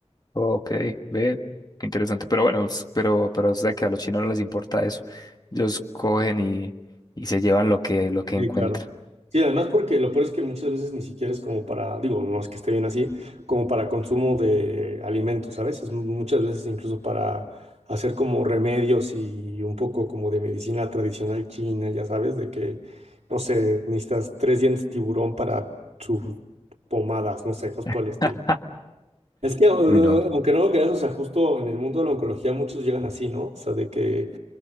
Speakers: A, on the left; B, on the right.
A: Ok, ve, qué interesante, pero bueno, es- pero, pero es de que a los chinos no les importa eso, ellos cogen y, y se llevan lo que, lo que
B: Sí,
A: encuentran.
B: claro. Sí, además porque lo peor es que muchas veces ni siquiera es como para, digo, no es que esté bien así, como para consumo de alimentos, ¿sabes? Es mu- muchas veces incluso para hacer como remedios y un poco como de medicina tradicional china, ya sabes, de que, no sé, necesitas tres dientes de tiburón para sus pomadas, no sé, cosas por
A: <laughs>
B: el estilo. Es que, uh,
A: Uy, no.
B: aunque no lo creas, o sea, justo en el mundo de la oncología muchos llegan así, ¿no? O sea, de que